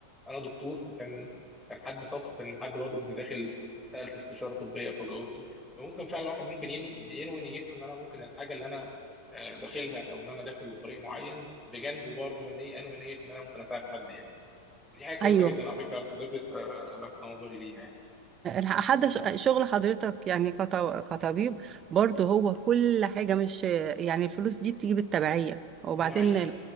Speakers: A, in the centre; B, on the right (about 30°).
A: انا دكتور فكان كان حد صدفه ان حد برضو كنت داخل سال في استشاره طبيه فجاوبته فممكن فعلا واحد ممكن ين- ينوي نيته ان انا ممكن الحاجه اللي انا آه، داخلها او ان انا داخل لطريق معين بجانبه برضو ان انوي نيه ان انا ممكن اساعد حد يعني دي حاجه كويسه
B: ايوه
A: جدا على فكره اللي حضرتك لسه لفت نظري ليها يعني
B: حتى ش- شغل حضرتك يعني كط- كطبيب برضه هو كل حاجة مش يعني الفلوس دي بتيجي بالتبعية وبعدين
A: دي حقيقه
B: ال-